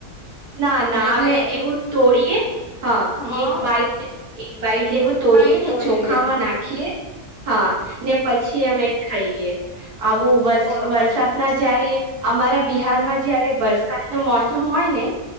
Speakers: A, on the right (about 85°); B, on the left (about 65°).
A: ના ના
B: એટલે
A: અમે એવું તોડીએે હા
B: હા
A: એક બાઈટ એક બાઈટ જેવું તોડીએ
B: બાઈટ
A: ને
B: તોડી
A: ચોખામાં
B: લ્યો
A: નાખીએ હા ને પછી અમે ખાઈએ. આવો વર
B: બરોબર
A: વરસાદના જયારે અમારા બિહારમાં
B: હા
A: જયારે વરસાદ ન મોસમ હોય ને